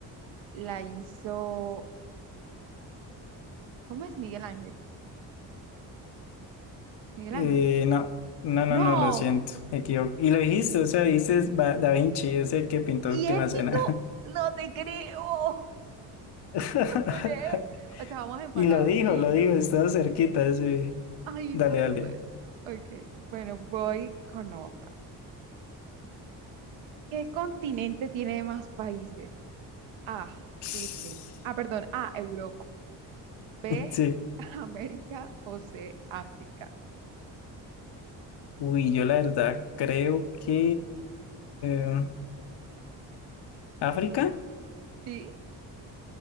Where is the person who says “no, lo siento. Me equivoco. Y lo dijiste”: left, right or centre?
Left